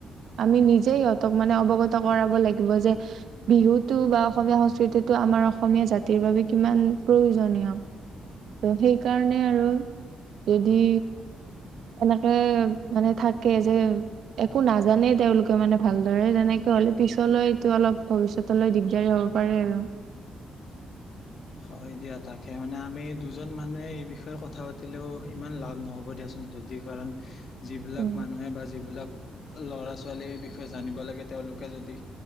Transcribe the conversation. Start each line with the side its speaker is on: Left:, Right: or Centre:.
Right: আমি সিহঁতক মানে অৱগত কৰাব লাগিব যে বিহুতটো বা অসমীয়া সংস্কৃতিটো আমাৰ অসমীয়া জাতিৰ বাবে কিমান প্ৰয়োজনীয় ত সেইকাৰণে আৰু যদি এনেকে মানে থাকে যে একো নাজানে তেওঁলোকে মানে ভাল ধৰে তেনেকে হলে পিছলৈতটো অলপ ভৱিষ্যতলৈ দিগদাৰী হ'ব পাৰে আৰু
Left: হয় দিয়া তাকে মানে আমি দুজন মানুহে এই বিষয়ে কথা পাতিলেও ইমান লাভ নহ'ব দিয়াচোন যদি কাৰণ যিবিলাক
Right: উম,
Left: মানুহে বা যিবিলাক লৰা ছোৱালীৰ বিষয়ে জানিব লাগে তেওঁলোকে যদি